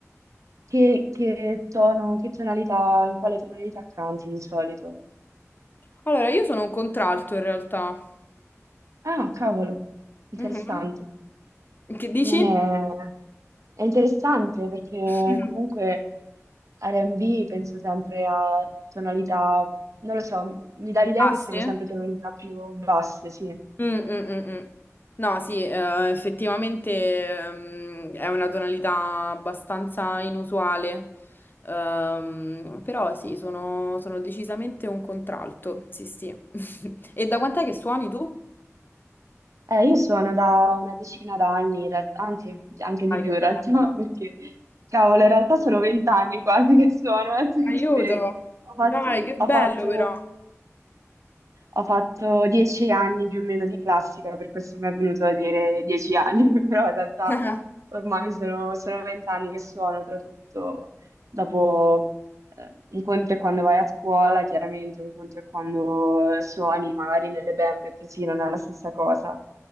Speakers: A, on the right; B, on the left.
A: che, che tono, che tonalità, in quale tonalità canti di solito?
B: Allora, io sono un contralto in realtà.
A: Ah, cavolo, interessante.
B: Mhm. Che dici?
A: Non è... È interessante perché
B: <laughs>
A: comunque R&B penso sempre a tonalità, non lo so, mi dà l'idea
B: Ah,
A: che
B: sì?
A: siano sempre tonalità più basse, sì.
B: Mm, mm, mm, mm. No, sì, eh, effettivamente ehm, è una tonalità abbastanza inusuale, Ehm, però sì, sono, sono decisamente un contralto, sì, sì. <laughs> E da quant'è che suoni tu?
A: Eh, io suono da una decina d'anni, in realtà, anzi, anche
B: Dai,
A: di più
B: che
A: in
B: bello.
A: realtà, <laughs> perché, cavolo, in realtà sono vent'anni quasi che suono, adesso che
B: Aiuto!
A: ci penso. Ho fatto,
B: Dai, che
A: ho
B: bello
A: fatto
B: però.
A: ho fatto dieci anni più o meno di classica, per questo mi è venuto a dire dieci anni, <laughs> però in realtà
B: <laughs>
A: ormai sono, sono vent'anni che suono, oltretutto dopo eh, un conto è quando vai a scuola, chiaramente un conto è quando suoni magari nelle band e così, non è la stessa cosa.